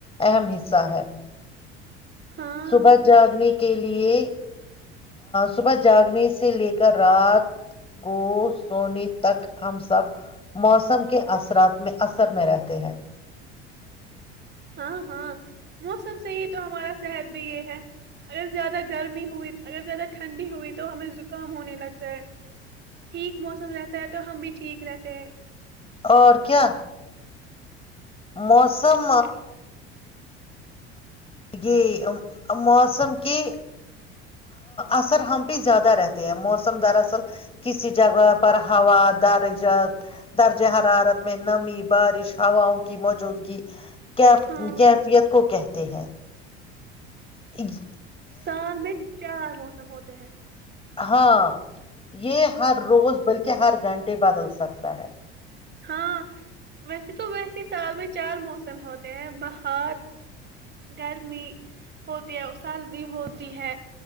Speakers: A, on the left; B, on the right.
A: اہم حصہ ہے
B: ہاں
A: صبح جاگنی کے لیے صبح جاگنے سے لے کر رات کو سونے تک ہم سب موسم کے اثرات میں اثر میں رہتے ہیں
B: ہاں ہاں موسم سے یہ تو ہمارا صحت بھی یہ ہے اگر زیادہ گرمی ہوئی اگر زیادہ ٹھنڈی ہوئی تو ہمیں زکام ہونے لگتا ہے ٹھیک موسم رہتا ہے تو ہم بھی ٹھیک رہتے ہیں
A: اور کیا موسم
B: ہاں
A: یہ موسم کی اثر ہم بھیہ زیادہ رہتے ہیں موسم دراصل کسی جگہ پر ہوا در درجہ حرارت میں نمی بارش ہواؤں کی کی موجودگی کی
B: ہاں
A: کیفیت کو کہ تے ہیں ایکگ
B: سال میں چار موسم ہوتے ہیں
A: ہاں یہ ہر روز بلکہ ہر گھنٹے بدل سکتا ہے
B: ہاں ویسے تو ویسے سال میں چار موسم ہوتے ہیں باہر گرمی ہوتی ہے سردی ہوتی ہے